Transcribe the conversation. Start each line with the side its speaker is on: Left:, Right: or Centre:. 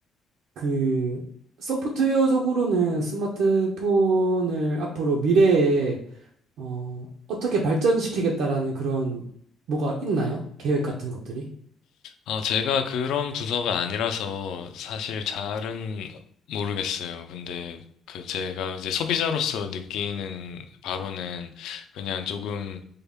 Right: 그 소프트웨어적으로는 스마트폰을 앞으로 미래에 어, 어떻게 발전시키겠다라는 그런 뭐가 있나요? 계획 같은 것들이?
Left: 아, 제가 그런 부서가 아니라서 사실 잘은 모르겠어요. 근데 그 제가 이제 소비자로서 느끼는 바로는 그냥 조금